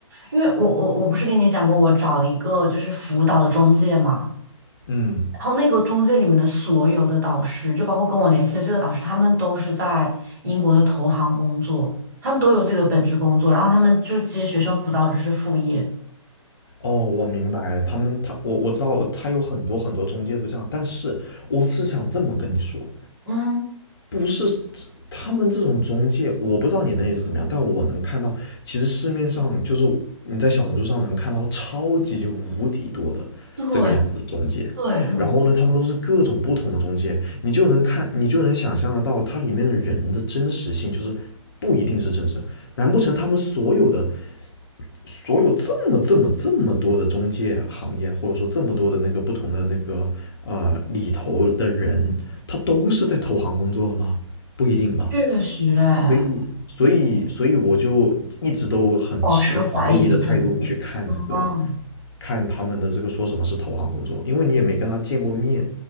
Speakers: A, on the right; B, on the left.
A: 因为我我我不是跟你讲过，我找了一个就是辅导的中介嘛，
B: 嗯，
A: 然后那个中介里面的所有的导师，就包括跟我联系的这个导师，他们都是在英国的投行工作，他们都有自己的本职工作，然后他们就是接学生辅导只是副业。
B: 哦，我明白了，他们他我我知道他有很多很多中介都这样，但是我是想这么跟你说，
A: 嗯，
B: 不是他们这种中介，我不知道你那里是怎么样，但我能看到，其实市面上就是你在小红书上能看到超级无敌多的这个样子的中介，
A: 对对对，
B: 然后呢，他们都是各种不同的中介，你就能看，你就能想象得到它里面的人的真实性，就是不一定是真实，难不成他们所有的？所有这么这么这么多的中介行业，或者说这么多的那个不同的那个啊，里头的人，他都是在投行工作的吗？不一定吧。
A: 确实哎，
B: 所以，所以，所以我就一直都很持怀疑的态度去看这个，
A: 保持怀疑，对不对？嗯
B: 看他们的这个说什么是投行工作，因为你也没跟他见过面，